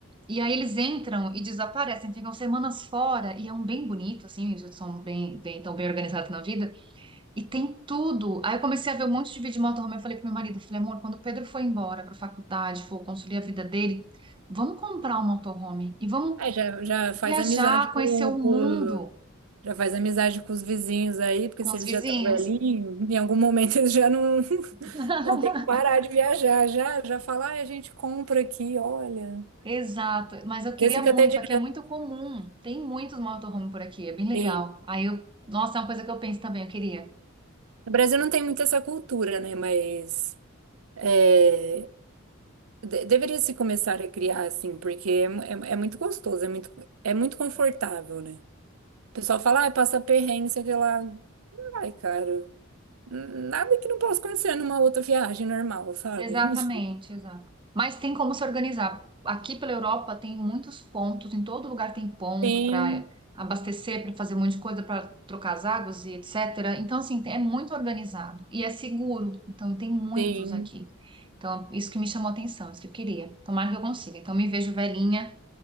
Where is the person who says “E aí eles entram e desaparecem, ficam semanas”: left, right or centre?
Right